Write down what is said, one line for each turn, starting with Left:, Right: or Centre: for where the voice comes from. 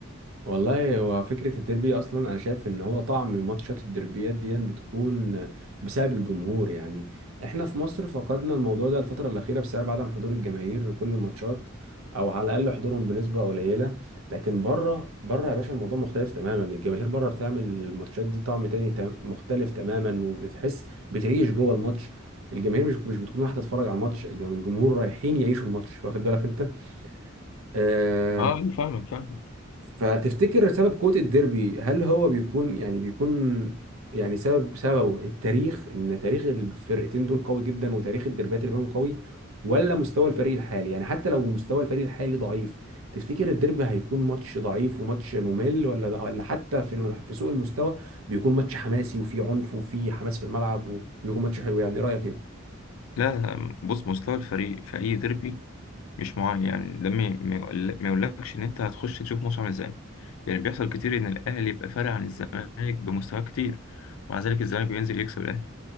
Right: والله هو فكرة الديربي أصلا أنا شايف إن هو طعم ماتشات الديربيات دي بتكون بسبب الجمهور يعني إحنا في مصر فقدنا الموضوع ده الفترة الأخيرة بسبب عدم حضور الجماهير كل الماتشات أو على الأقل حضورهم بنسبة قليلة لكن بره بره يا باشا الموضوع مختلف تماما الجماهير بره بتعمل الماتشات دي طعم تاني تم- مختلف تماما وبتحس بتعيش جوه الماتش الجماهير مش مش بتكون رايحة تتفرج على الماتش الجمهور رايحين يعيشوا الماتش واخد بالك أنت؟ آه
Left: اه أنا فاهمك فاهمك
Right: فتفتكر سبب قوة الديربي هل هو بيكون يعني بيكون يعني سبب سببه التاريخ ان تاريخ الفرقتين دول قوي جدا وتاريخ الديربيات اللي بينهم قوي ولا مستوى الفريق الحالي يعني حتى لو مستوى الفريق الحالي ضعيف تفتكر الديربي هيكون ماتش ضعيف وماتش ممل ولا ولا حتى في في سوء المستوى بيكون ماتش حماسي وفيه عنف وفيه حماس في الملعب وبيكون ماتش حلو يعني رأيك ايه؟
Left: لا بص مستوى الفريق في اي ديربي مش معين يعني ده ما ما يقول- ما يقولكش ان انت هتخش تشوف ماتش عامل ازاي يعني بيحصل كتير ان الاهلي يبقى فارق عن الزمالك بمستوى كتير ومع ذلك الزمالك بينزل يكسب الاهلي